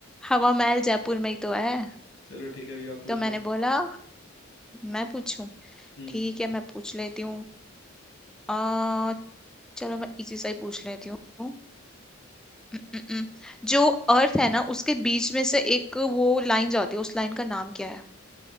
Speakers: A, in the centre; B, on the left (about 60°).
A: हवा महल जयपुर में ही तो है
B: चलो ठीक है अभी आप पूछो
A: तो मैंने बोला मैं पूछूं
B: हम्म
A: ठीक है मैं पूछ लेती हूँ चलो मैं इजी सा ही पूछ लेती हूँ हम्म, हम्म, हम्म। जो अर्थ है ना उसके बीच में से एक वो लाइन जाती है उस लाइन का नाम क्या है